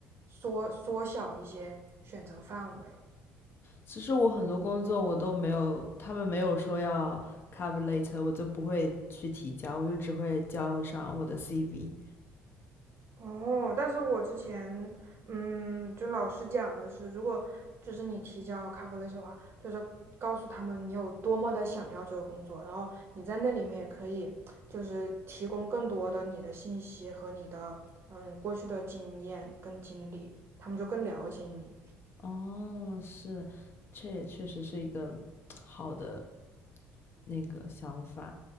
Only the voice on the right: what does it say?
缩缩小一些选择范围。
哦，但是我之前，嗯，就老师讲的是，如果就是你提交 cover letter 的话，就是告诉他们你有多么的想要这个工作，然后你在那里面也可以就是提供更多的你的信息和你的嗯过去的经验跟经历，他们就更了解你。